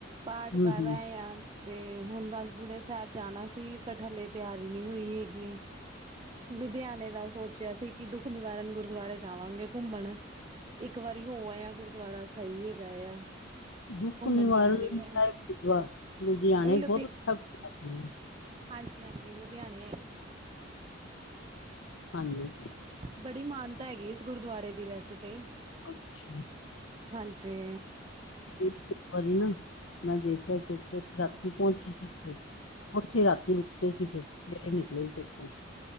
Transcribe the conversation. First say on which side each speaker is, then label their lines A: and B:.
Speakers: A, on the right (about 25°); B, on the left (about 85°).
A: ਪਾਠ
B: ਹੂੰ
A: ਕਰ
B: ਹੂੰ।
A: ਆਏ ਆ। ਤੇ ਹੁਣ ਬਸ ਬੁੜੇ ਸਾਹਿਬ ਜਾਣਾ ਸੀ ਪਰ ਠੱਲੇ ਤਿਆਰੀ ਨਹੀਂ ਹੋਈ ਹੈਗੀ। ਲੁਧਿਆਣੇ ਦਾ ਸੋਚਿਆ ਸੀ ਕਿ ਦੁੱਖ ਨਿਵਾਰਨ ਗੁਰਦੁਆਰੇ ਜਾਵਾਂਗੇ ਘੁੰਮਣ ਇੱਕ ਵਾਰੀ ਹੋ ਆਏ ਆਂ, ਗੁਰਦੁਆਰਾ ਸਹੀ ਹੈਗਾ ਆ।
B: ਦੁੱਖ
A: ਘੁੰਮਣ
B: ਨਿਵਾਰਨ
A: ਫਿਰਨ ਦੀ ਵੀ
B: ਸਾਹਿਬ
A: ਇਹ
B: ਗੁਰਦੁਆਰਾ ਲੁਧਿਆਣੇ
A: ਲੁਧੀ
B: ਬਹੁਤ ਅੱਛਾ ਗੁਰਦੁਆ
A: ਹਾਂਜੀ-ਹਾਂਜੀ, ਲੁਧਿਆਣੇ ਹੈਗਾ ਨੇ।
B: ਹਾਂਜੀ
A: ਬੜੀ ਮਾਨਤਾ ਹੈਗੀ ਇਸ ਗੁਰਦੁਆਰੇ ਦੀ ਵੈਸੇ ਤੇ
B: ਅੱਛਾ।
A: ਹਾਂਜੀ।
B: ਇੱਕ ਵਾਰੀ ਨਾ ਮੈਂ ਦੇਖਿਆ ਸੀ ਰਾਤੀਂ ਪਹੁੰਚੇ ਉਥੇ ਉੱਥੇ ਰਾਤੀ ਰੁਕੇ ਸੀ ਫਿਰ, ਸਵੇਰੇ ਨਿਕਲੇ ਸੀ ਉਥੋਂ।